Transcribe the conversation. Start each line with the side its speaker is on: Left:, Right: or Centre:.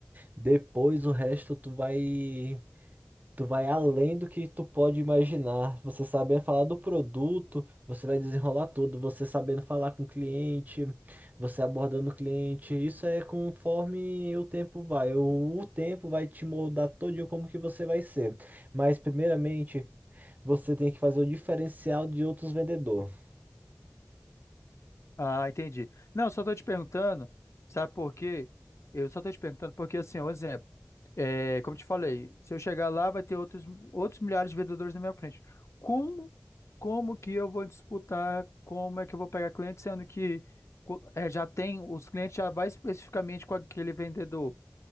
Right: Depois o resto tu vai Tu vai além do que tu pode imaginar. Você sabendo falar do produto, você vai desenrolar tudo. Você sabendo falar com o cliente, você abordando o cliente. Isso é conforme o tempo vai. O, o tempo vai te moldar todinho como que você vai ser. Mas primeiramente, você tem que fazer o diferencial de outros vendedores.
Left: Ah, entendi. Não, só estou te perguntando, sabe por quê? Eu só estou te perguntando porque, assim, um exemplo, é, como eu te falei, se eu chegar lá, vai ter outros, outros milhares de vendedores na minha frente. Como, como que eu vou disputar? Como é que eu vou pegar cliente, sendo que co- é, já tem, os clientes já vai especificamente com aquele vendedor?